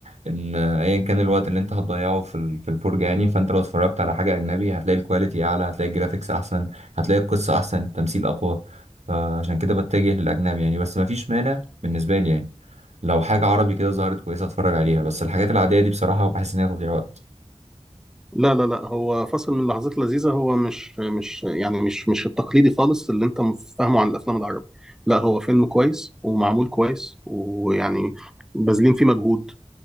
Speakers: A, on the right; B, in the centre.
A: ان ايا كان الوقت اللي انت هتضيعه في ال- في الفرجه يعني فانت لو اتفرجت على حاجه اجنبي هتلاقي الكواليتي اعلى هتلاقي الجرافيكس احسن هتلاقي القصه احسن التمثيل اقوى فعشان كده بتجه للاجنبي يعني بس مفيش مانع بالنسبه لي يعني لو حاجه عربي كده ظهرت كويسه اتفرج عليها بس الحاجات العاديه دي بصراحه بحس ان هي تضييع وقت
B: لا لا لا هو فاصل من اللحظات اللذيذة هو مش مش يعني مش مش التقليدي خالص اللي انت فاهمه عن الافلام العربية لا هو فيلم كويس ومعمول كويس ويعني باذلين فيه مجهود